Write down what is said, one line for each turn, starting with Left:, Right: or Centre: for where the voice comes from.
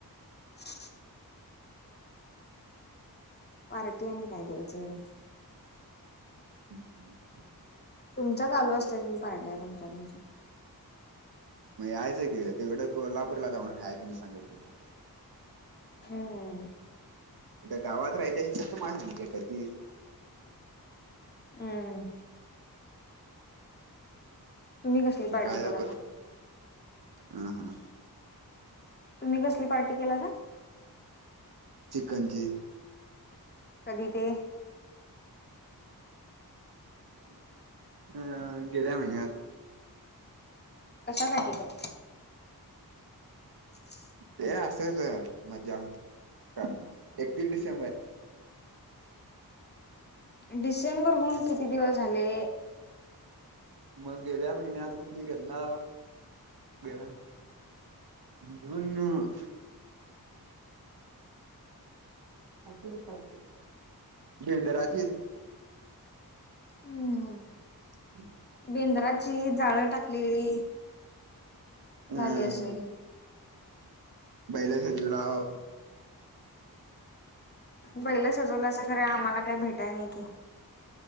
Left: ह <inaudible> पार्टी आणि काय द्यायचं.
Right: हम्म हम्.
Left: तुमच्या चालू असतात की पार्ट्या तुमच्या, तुमच्या.
Right: मग यायचं की तिकड कोल्हापूरला जाऊन खयाय कोणी सांगितलं होत.
Left: हम्म.
Right: गावात राहत्या माझ का ती.
Left: हम्म. तुम्ही कसली पार्टी
Right: काया
Left: केलासा
Right: कर हा हा.
Left: तुम्ही कसली पार्टी केला सा?
Right: चिकन ची.
Left: कधी ते.
Right: ह <inaudible> तेनव. अ गेल्या महिन्यात.
Left: कशासाठी पण. ह् <inaudible>
Right: ते असंच मज्जा म्हजा का एकतीस डिसेंबर.
Left: डिसेंबरहून किती दिवस झाले.
Right: मग गेल्या महिन्यात कुठली गल्ला गे. जून. असेच पार्टी, बेंद्राची.
Left: हम्म
Right: <unintelligible>
Left: बेंद्राची जाळं टाकलेली
Right: हम्
Left: झाली असेल.
Right: बैला सजूलाव.
Left: पहिलं सजवलं असं खरं आम्हाला काही भेटाय नाही की.